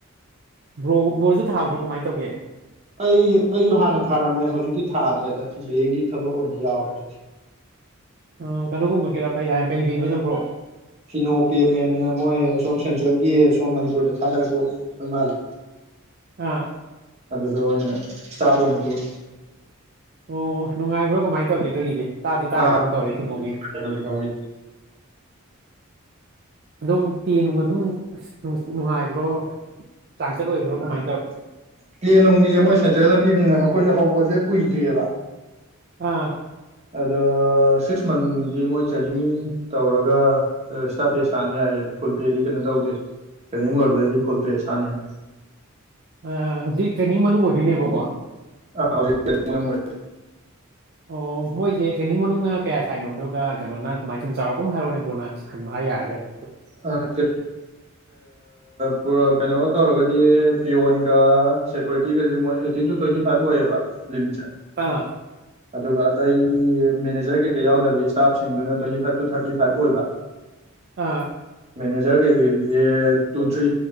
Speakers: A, on the right (about 45°); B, on the right (about 30°).
A: ꯕ꯭ꯔꯣ ꯕꯣꯔꯁꯨ ꯊꯥꯕ꯭ꯔꯣ ꯀꯃꯥꯏꯅ ꯇꯧꯒꯦ
B: ꯑꯩ ꯑꯩꯁꯨ ꯍꯥꯟꯅ ꯊꯥꯔꯝꯃꯦ ꯍꯧꯖꯤꯛꯇꯤ ꯊꯥꯗ꯭ꯔꯦꯗ ꯕꯦꯡꯒꯤ ꯊꯕꯛ ꯑꯣꯏꯅ ꯌꯥꯎꯔꯦ ꯍꯧꯖꯤꯛꯇꯤ
A: ꯑ ꯀꯟꯅꯣ ꯒꯨꯝꯕꯒꯤꯔꯣ ꯀꯩ ꯍꯥꯏ ꯀꯩ ꯌꯦꯡꯒꯤꯅꯣ ꯕ꯭ꯔꯣ
B: ꯐꯤꯅꯣ ꯄꯦꯃꯦꯟꯅ ꯃꯣꯏ ꯁꯣꯝ ꯁꯦꯟꯇ꯭ꯔꯦꯜꯒꯤ ꯁꯣꯝ ꯃꯅꯤꯄꯨꯔꯗ ꯊꯥꯗꯔꯛꯄ ꯑꯣꯏ ꯃꯥꯜꯂꯦ
A: ꯑꯥ
B: ꯑꯗ ꯑꯣꯏꯅ ꯏꯁꯇꯥꯞ ꯑꯣꯏꯅ ꯄꯨꯔꯤ
A: ꯑꯣ ꯅꯨꯡꯉꯥꯏꯕ꯭ꯔꯣ ꯀꯃꯥꯏꯅ ꯇꯧꯒꯦ ꯑꯗꯨꯒꯤꯗꯤ ꯇꯥꯗꯤ ꯇꯥꯒ꯭ꯔꯒꯨꯝ
B: ꯇꯥꯗ꯭ꯔꯦ
A: ꯇꯧꯔꯦ ꯐꯤꯅꯣꯒꯤ
B: ꯍꯧꯖꯤꯛ ꯐꯥꯎꯒꯤꯗꯤ
A: ꯑꯗꯨꯝ ꯇꯦꯅꯨ ꯑꯗꯨꯝ ꯅꯨꯡꯉꯥꯏꯕ꯭ꯔꯣ ꯆꯥꯡꯆꯠ ꯑꯣꯏꯕ꯭ꯔꯣ ꯀꯃꯥꯏꯅ ꯇꯧ
B: ꯄ꯭ꯂꯦꯟ ꯅꯨꯡꯒꯤꯁꯦ ꯃꯣꯏ ꯁꯦꯟꯇ꯭ꯔꯦꯜꯅ ꯄꯤꯕꯅꯤꯅ ꯑꯩꯈꯣꯏꯁꯨ ꯍꯧꯕꯁꯦ ꯀꯨꯏꯗ꯭ꯔꯤꯑꯕ
A: ꯑꯥ
B: ꯑꯗꯣ ꯁꯤꯛꯁ ꯃꯟꯗꯤ ꯃꯣꯏ ꯇ꯭ꯔꯦꯅꯤꯡ ꯇꯧꯔꯒ ꯏꯁꯇꯥꯞ ꯄꯦ ꯁꯥꯅꯤ ꯍꯥꯏꯌꯦ ꯐꯨꯜ ꯄꯦꯗꯤ ꯀꯩꯅꯣ ꯇꯧꯗꯦ ꯇ꯭ꯔꯦꯅꯤꯡ ꯂꯣꯏꯕꯗꯩꯗꯤ ꯐꯨꯜ ꯄꯦ ꯁꯥꯅꯤ ꯍꯥꯏ
A: ꯑ ꯍꯧꯖꯤꯛ ꯇ꯭ꯔꯦꯟꯅꯤꯡ ꯃꯅꯨꯡ ꯑꯣꯏꯗꯣꯏꯅꯦꯕꯀꯣ
B: ꯑ ꯍꯧꯖꯤꯛ ꯇ꯭ꯔꯦꯟꯅꯤꯡ ꯃꯅꯨꯡ ꯑꯣꯢꯗꯣꯢꯅꯦ
A: ꯑꯣ ꯃꯣꯏꯁꯦ ꯇ꯭ꯔꯦꯅꯤꯡ ꯃꯅꯨꯡꯅ ꯀꯌꯥ ꯁꯥꯏꯅꯣ ꯑꯗꯨꯒ ꯀꯩꯅꯣꯅ ꯀꯃꯥꯏ ꯁꯨꯝ ꯆꯥꯎꯔꯥꯛꯄ ꯍꯥꯏꯔꯣꯅꯦ ꯕꯣꯅꯅꯥꯠꯁ ꯈꯟꯕ ꯍꯥꯏ ꯌꯥꯔꯒꯅꯤ
B: <unintelligible> ꯄꯨ ꯀꯩꯅꯣ ꯇꯧꯔꯒ ꯄꯤꯌꯣꯟꯒ ꯁꯦꯀꯌꯨꯔꯤꯇꯤꯒ ꯃꯣꯏ ꯇ ꯇ꯭ꯋꯦꯟꯇꯤ ꯐꯥꯏꯚ ꯑꯣꯏꯌꯦꯕ ꯂꯤꯃꯤꯠꯁꯦ
A: ꯑꯥ
B: ꯑꯗꯨꯒ ꯑꯇꯩ ꯃꯦꯅꯦꯖꯔ ꯀꯩꯀꯩ ꯌꯥꯎꯗꯕꯤ ꯏꯁꯇꯥꯞꯁꯤꯡꯗꯨꯅ twenty five to thirty five ꯑꯣꯏꯕ
A: ꯑꯥ
B: ꯃꯦꯅꯦꯖꯔ ꯀꯩꯀꯩꯗꯨꯗꯤ ꯇꯨ ꯊ꯭ꯔꯤ